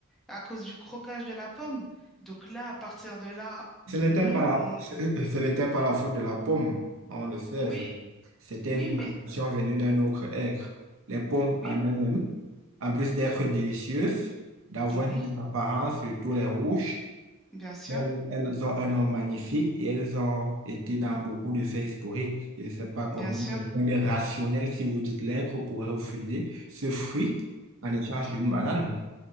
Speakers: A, in the centre; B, on the right.
A: à cause du croquage de la pomme. Donc là, à partir de là,
B: Ce n'était
A: nous,
B: pas
A: on...
B: ce <laughs> ce n'était pas la faute de la pomme, on le sait.
A: Oui,
B: c'est- C'était
A: oui,
B: une plantation
A: mais
B: venue d'un autre être. Les pommes
A: oui,
B: en elles-mêmes, en plus d'être délicieuses, d'avoir
A: oui,
B: une belle apparence, surtout les rouges,
A: bien sûr,
B: elles, elles ont un nom magnifique et elles ont été dans beaucoup de faits historiques. Je ne sais pas comment
A: bien sûr.
B: quelqu'un de rationnel, si vous dites l'être, pourrait refuser ce fruit en échange d'une banane.